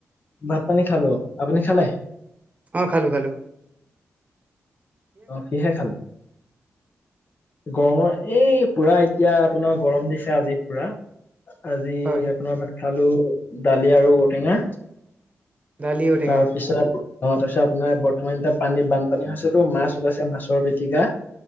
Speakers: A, on the left; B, on the right.
A: ভাত পানী খালো আপুনি খালে।
B: অ খালো খালো।
A: অ কিহে খালে। গৰমৰ এই পুৰা এতিয়া আপোনাৰ গৰম দিছে আজি পুৰা। আজি
B: হয়
A: আপোনাৰ <inaudible> খালো দালি আৰু ঔটেঙা।
B: দালি ঔটেঙা
A: তাৰপিছত অ তাৰ পিছত আপোনাৰ বৰ্তমান এতিয়া পানী বানপানী হৈছেতো আপোনাৰ মাছ। ওলাইছে মাছৰ পিটিকা।